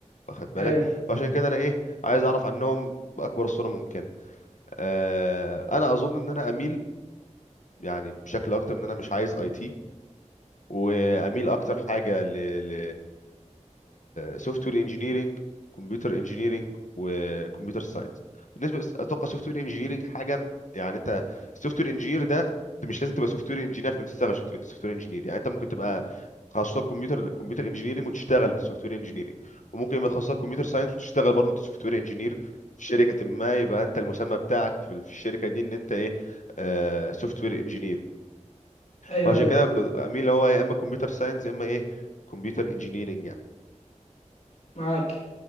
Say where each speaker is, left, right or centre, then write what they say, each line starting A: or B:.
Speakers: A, on the left; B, on the left.
A: واخد بالك
B: ايوه
A: فعشان كده انا ايه عايز اعرف عنهم باكبر الصوره ممكنه آه، انا اظن ان انا اميل يعني بشكل اكتر ان انا مش عايز اي تي واميل اكتر حاجه ل ل سوفت وير انجينيرنج كمبيوتر انجينيرنج وكمبيوتر ساينس بالنسبه لس- اتوقع سوفت وير انجينيرنج حاجه م- يعني انت السوفت وير انجينير ده انت مش لازم تبقى سوفت وير انجينير عشان تشتغل سوفت وير انجينير يعني انت ممكن تبقى تخصصك كمبيوتر كمبيوتر انجينيرنج وتشتغل سوفت وير انجينيرنج وممكن يبقى تخصصك كمبيوتر ساينس وتشتغل برضه انت سوفت وير انجينير في شركه ما يبقى انت المسمى بتاعك في في الشركه دي ان انت ايه سوفت وير انجينير
B: ايوه
A: فعشان
B: ايوه
A: كده ب- اميل هو يا اما كمبيوتر ساينس يا اما ايه كمبيوتر انجينيرنج يعني
B: معاك